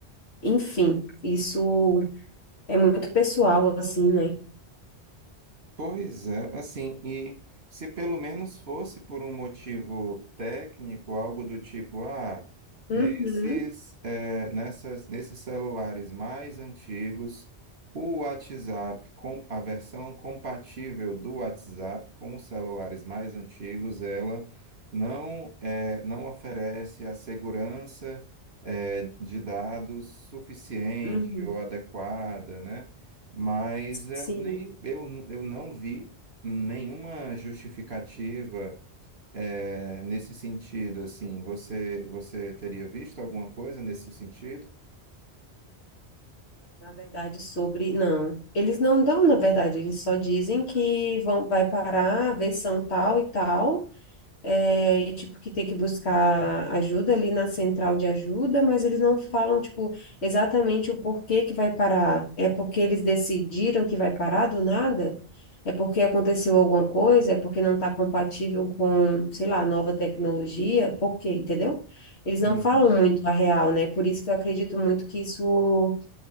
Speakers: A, on the left; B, on the right.
A: Enfim, isso é muito pessoal, assim, né?
B: Pois é, assim, e se pelo menos fosse por um motivo técnico, algo do tipo, ah, nesses,
A: Uhum,
B: eh, nessas, nesses celulares mais antigos, o WhatsApp, com, a versão compatível do WhatsApp com os celulares mais antigos, ela não, eh, não oferece a segurança, eh, de dados suficiente
A: uhum.
B: ou adequada, né? mas eu,
A: Sim,
B: nem, eu, eu não vi nenhuma justificativa eh, nesse sentido, assim, você, você teria visto alguma coisa nesse sentido?
A: na verdade, sobre. Não, eles não dão, na verdade, eles só dizem que vão, vai parar a versão tal e tal. É, e, tipo, que tem que buscar ajuda ali na central de ajuda, mas eles não falam, tipo, exatamente o porquê que vai parar. É porque eles decidiram que vai parar do nada? É porque aconteceu alguma coisa? É porque não está compatível com, sei lá, nova tecnologia? Por quê? Entendeu? Eles
B: Uhum.
A: não falam muito a real, né? Por isso que eu acredito muito que isso